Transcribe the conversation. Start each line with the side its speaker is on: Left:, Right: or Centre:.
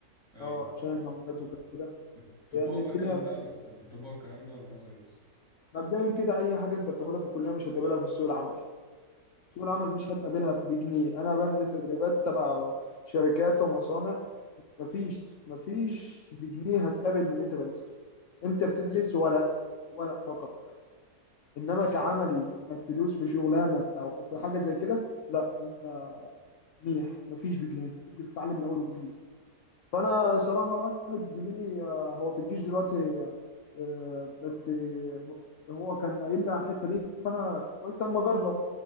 Right: أيوه.
Left: اه عشان الموجات وكده
Right: بتطبقوا
Left: يعني الدنيا
Right: بقى الكلام
Left: بت...
Right: ده طب بتطبقوا الكلام ده ولا نظري بس
Left: مبدئيا كده اي حاجه انت بتاخدها في الكليه مش هتقابلها في سوق العمل سوق العمل مش هتقابلها بجنيه انا بنزل تدريبات تبع شركات ومصانع مفيش مفيش بجنيه هتقابل من اللي انت درسته انت بتدرس
Right: مم.
Left: ورق ورق فقط انما
Right: اه
Left: كعملي انك تدوس في شغلانه او في حاجه زي كده لا انت ميح مفيش بجنيه انت بتنزل تتعلم من اول وجديد فانا صراحه واحد زميلي آه، هو في الجيش دلوقتي آه، آه، بس آه، هو كان قايل لي على الحته دي فانا قلت اما اجرب